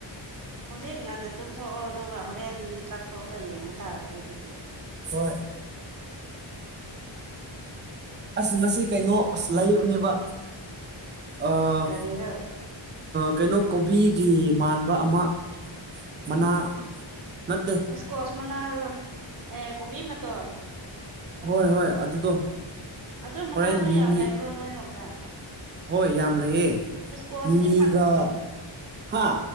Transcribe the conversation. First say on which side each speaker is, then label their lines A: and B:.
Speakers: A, on the right; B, on the right.
A: ꯍꯧꯖꯤꯛ ꯉꯟꯅ ꯇꯨꯝꯊꯣꯛꯑꯣ ꯑꯗꯨꯒ ꯍꯣꯔꯦꯟ ꯀꯥꯞꯊꯣꯛꯑꯒ ꯌꯦꯡꯕ ꯇꯥꯔꯦꯅꯦ ꯑꯗꯨꯗꯤ
B: ꯍꯣꯏ ꯑꯁ ꯉꯁꯤ ꯀꯩꯅꯣ ꯑꯁ ꯂꯩꯕꯅꯦꯕ ꯑꯥ
A: ꯀꯔꯤꯔꯣ
B: ꯀꯩꯅꯣ ꯀꯣꯕꯤꯒꯤ ꯃꯥꯟ ꯕ ꯑꯃ ꯃꯅꯥ ꯅꯠꯇꯦ
A: ꯀ‌ꯣꯁ ꯃꯅꯔ‌ꯣ ꯑꯦ ꯀꯣꯕꯤ ꯃꯇꯣꯟ
B: ꯍꯣꯏ ꯍꯣꯏ ꯑꯗꯨꯗꯣ
A: ꯑꯗꯨ ꯃꯅꯥꯗ
B: ꯍꯣꯔꯦꯟ ꯃꯤꯃꯤ
A: ꯌꯥꯝ ꯂꯩꯕ꯭ꯔꯣ ꯅꯣꯏ ꯂꯣꯝꯗ
B: ꯍꯣꯏ ꯌꯥꯝ ꯂꯩꯌꯦ
A: ꯏꯁꯀꯣꯁꯇꯤ
B: ꯃꯤꯃꯤꯒ꯭ꯔ ꯍꯥ